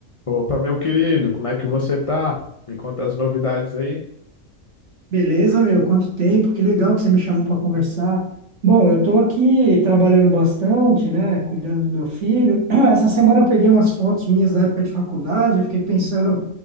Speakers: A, on the left; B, on the right.
A: Opa, meu querido, como é que você tá? Me conta as novidades aí.
B: Beleza, meu? Quanto tempo? Que legal que você me chamou para conversar. Bom, eu estou aqui trabalhando bastante, né? Cuidando do meu filho. <clears throat> Essa semana eu peguei umas fotos minhas da época de faculdade. Eu fiquei pensando,